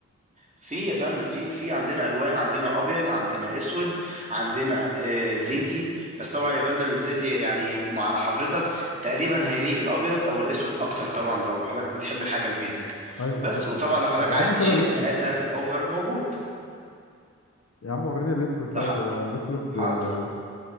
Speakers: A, on the right (about 25°); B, on the left (about 60°).
A: في يا فندم في في عندنا الوان عندنا ابيض عندنا اسود عندنا آه زيتي بس طبعا يا فندم الزيتي يعني مع على حضرتك تقريبا هيليق الابيض او الاسود اكتر طبعا لو حضرتك بتحب الحاجه البيزك
B: أيوه بالظبط
A: بس وطبعا
B: طبعا
A: لو حضرتك
B: طب وريني
A: عايز
B: كده
A: تشيل
B: الأسود
A: التلاته بالاوفر موجود
B: يا عم وريني الاسود طيب
A: لو ح-
B: هو الاسود
A: حاضر
B: آه،